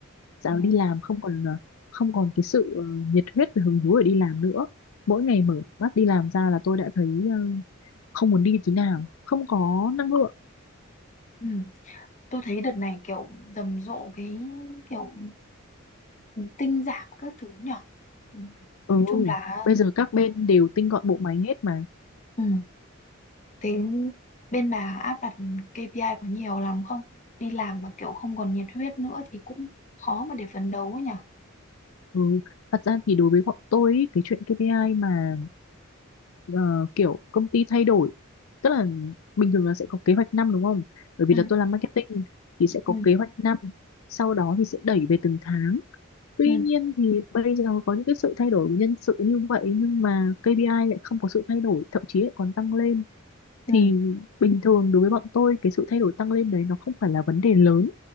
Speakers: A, on the left; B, on the left.
A: Dạo
B: ừ.
A: này đi làm không còn ờ, không còn cái sự ờ, nhiệt huyết và hứng thú để đi làm nữa. Mỗi ngày mở mắt đi làm ra là tôi đã thấy ờ, không muốn đi tí nào. Không có năng lượng.
B: Ừ, tôi thấy đợt này kiểu rầm rộ cái kiểu ừ, tinh giảm các thứ nhở. Ừ,
A: Ừ,
B: nói chung là
A: bây giờ các bên đều tinh gọn bộ máy hết mà
B: ừ, thế bên bà áp đặt KPI có nhiều lắm không? Đi làm mà kiểu không còn nhiệt huyết nữa thì cũng khó mà để phấn đấu ấy nhở.
A: Ừ. Thật ra thì đối với bọn tôi ý, cái chuyện KPI mà ờ, kiểu công ty thay đổi tức là bình thường là sẽ có kế hoạch năm đúng không? Bởi vì
B: Ừ,
A: là tôi làm marketing thì
B: ừ,
A: sẽ có kế hoạch năm sau đó thì sẽ đẩy về từng tháng. Tuy
B: ừ,
A: nhiên thì bây giờ có những cái sự thay đổi nhân sự như vậy nhưng mà KPI lại không có sự thay đổi thậm chí lại còn tăng lên
B: ừ,
A: thì bình thường đối với bọn tôi cái sự thay đổi tăng lên đấy nó không phải là vấn đề lớn